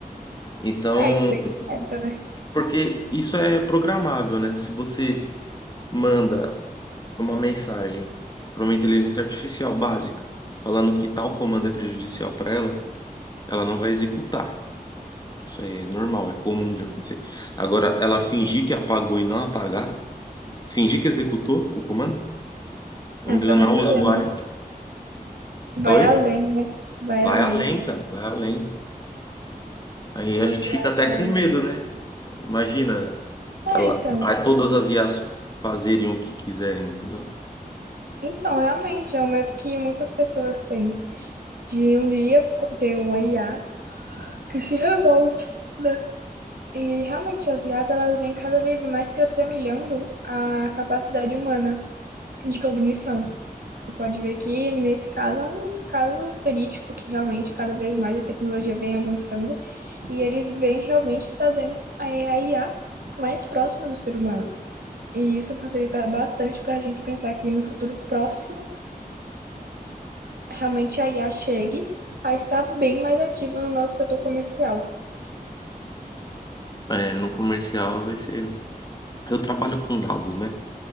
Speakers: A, on the left (about 25°); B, on the right (about 85°).
A: Então,
B: Ah, isso bem quieta, né?
A: porque isso é programável, né? Se você manda uma mensagem para uma inteligência artificial básica falando que tal comando é prejudicial para ela, ela não vai executar. Isso aí é normal, é comum de acontecer. Agora, ela fingir que apagou e não apagar, fingir que executou o comando, enganar
B: É pra você
A: o Então,
B: ver,
A: usuário.
B: né? Vai
A: Oi?
B: além, né? Vai
A: Vai
B: além.
A: além, cara, vai além. Aí
B: Você
A: a gente fica
B: acha.
A: até com medo, né? Imagina,
B: ah
A: ela,
B: então.
A: aí todas as IAs fazerem o que quiserem, entendeu?
B: Então, realmente, é um medo que muitas pessoas têm, de um dia ter uma IA que se revolte, né? E realmente, as IAs, elas vêm cada vez mais se assemelhando à capacidade humana de cognição. Você pode ver que, nesse caso, é um caso verídico, que realmente, cada vez mais a tecnologia vem avançando e eles vêm realmente trazendo é, a IA mais próxima do ser humano. E isso facilita bastante para a gente pensar que no futuro próximo realmente a IA chegue a estar bem mais ativa no nosso setor comercial.
A: É, no comercial vai ser. Eu trabalho com dados, né?